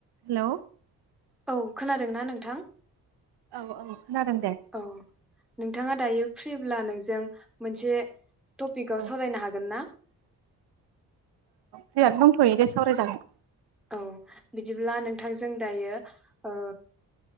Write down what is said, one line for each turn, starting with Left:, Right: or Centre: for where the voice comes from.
Right: Hello
Centre: औ खोनादोंना नोंथां?
Right: खोनादों दे
Centre: औ नोंथाङा दायो फ्रिब्ला नों जों मोनसे टपिकाव
Right: औ
Centre: सावरायनो हागोन ना?
Right: फ्रिया दंथयो दे सावरायजागोन।
Centre: औ बिदिब्ला नों थांजों दायो ओ